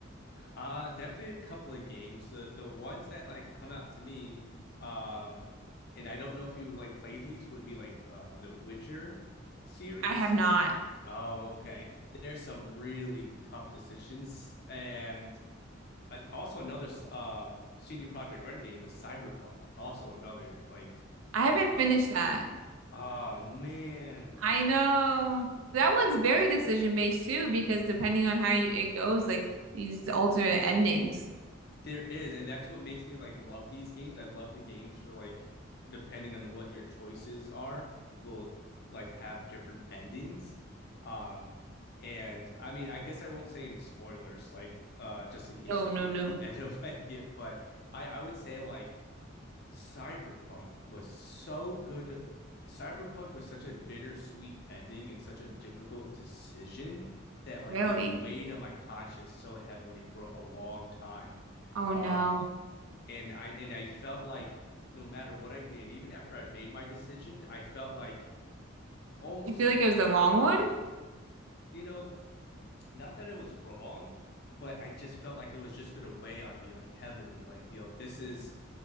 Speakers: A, on the left; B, on the right.
A: Uh definitely a couple of games. The the ones that like come out to me, um, and I don't know if you like play these would be like uh the Witcher series.
B: I have not.
A: Oh, okay. There's some really tough decisions and I, also another um CD Projekt Red game is Cyberpunk. Also another like
B: I haven't
A: uh
B: finished that.
A: oh man,
B: I know that one's very decision based too, because depending on how you, it goes, like you just alter endings.
A: there is, and that's what makes me like love these games. I love the games where like depending on what your choices are, will like have different endings. Um and I mean, I guess I won't say any spoilers, like uh just in case
B: No,
A: you
B: no,
A: do
B: no.
A: end up <laughs> like it, but I I would say like Cyberpunk was so good. Cyberpunk was such a bittersweet ending and such a difficult decision that like
B: Really?
A: it weighed on my conscience so heavily for a long time.
B: Oh
A: Um,
B: no.
A: and I and I felt like no matter what I did, even after I made my decision, I felt like almost
B: You feel
A: like,
B: like it was the wrong one,
A: you know, not that it was wrong, but I just felt like it was just going to weigh on me like heavily. Like, you know, this is